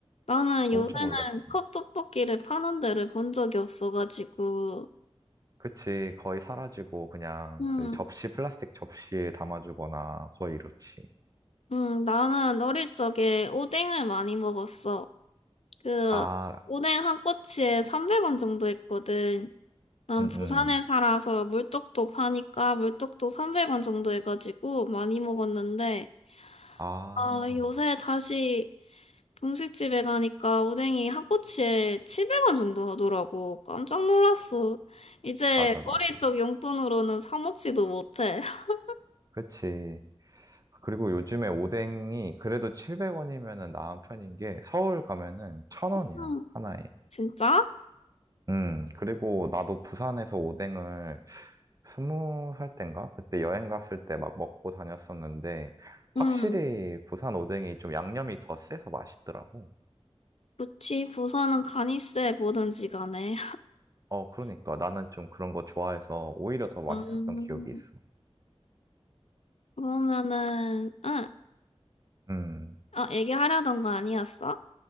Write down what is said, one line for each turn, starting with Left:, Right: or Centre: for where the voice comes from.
Left: 나는
Right: 엄청
Left: 요새는
Right: 올랐지.
Left: 컵떡볶이를 파는 데를 본 적이 없어가지고,
Right: 그치. 거의 사라지고 그냥
Left: 음,
Right: 그 접시 플라스틱 접시에 담아주거나 거의 이렇지.
Left: 음, 나는 어릴 적에 오뎅을 많이 먹었어. 그,
Right: 아,
Left: 오뎅 한 꼬치에 300원 정도 했거든. 난
Right: 음,
Left: 부산에
Right: 음.
Left: 살아서 물떡도 파니까 물떡도 300원 정도 해가지고 많이 먹었는데,
Right: 아.
Left: 아, 요새 다시 분식집에 가니까 오뎅이 한 꼬치에 700원 정도 하더라고. 깜짝 놀랐어. 이제
Right: 맞아,
Left: 어릴
Right: 맞아.
Left: 적 용돈으로는 사 먹지도 못해. <laughs>
Right: 그치. 그리고 요즘에 오뎅이 그래도 700원이면은 나은 편인 게 서울 가면은 천 원이야
Left: 응.
Right: 하나에.
Left: 진짜?
Right: 음, 그리고 나도 부산에서 오뎅을 스무 살 땐가? 그때 여행 갔을 때 막 먹고 다녔었는데 확실히
Left: 응.
Right: 부산 오뎅이 좀 양념이 더 세서 맛있더라고.
Left: 그치, 부산은 간이세 뭐든지 간에.
Right: 어, 그러니까 나는 좀 그런 거 좋아해서 오히려 더 맛있었던
Left: 음,
Right: 기억이 있어.
Left: 그러면은, 응.
Right: 음,
Left: 어, 얘기하려던 거 아니었어?